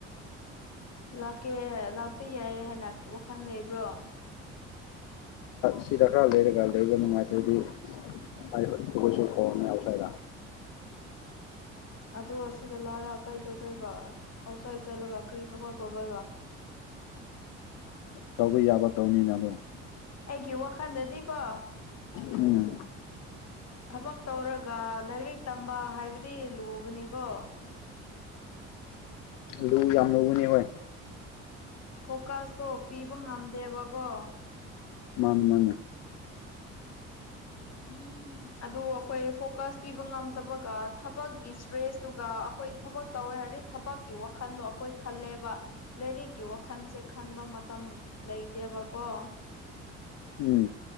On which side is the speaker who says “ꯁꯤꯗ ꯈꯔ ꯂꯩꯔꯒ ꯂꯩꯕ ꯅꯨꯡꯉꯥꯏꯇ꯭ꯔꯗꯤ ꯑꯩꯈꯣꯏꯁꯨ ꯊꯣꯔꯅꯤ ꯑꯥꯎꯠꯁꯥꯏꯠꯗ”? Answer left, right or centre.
Left